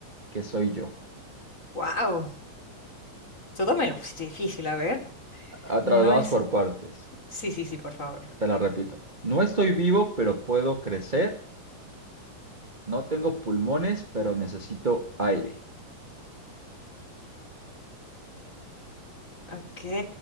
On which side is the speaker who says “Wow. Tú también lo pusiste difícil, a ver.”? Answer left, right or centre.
Left